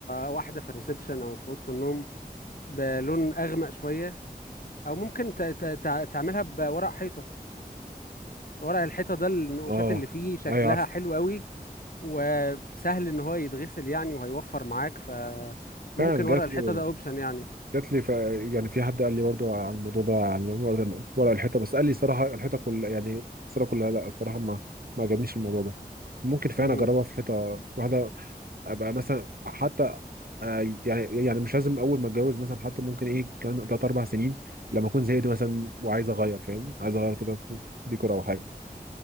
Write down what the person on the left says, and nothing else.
واحده في الريسبشن او في اوضه النوم بلون اغمق شويه او ممكن ت... ت... تع- تعملها بورق حيطه ورق الحيطه ده النقوشات
اللي فيه شكلها
حلو قوي وسهل ان هو يتغسل يعني وهيوفر معاك فممكن
ورق الحيطه
ده اوبشن يعني
مم.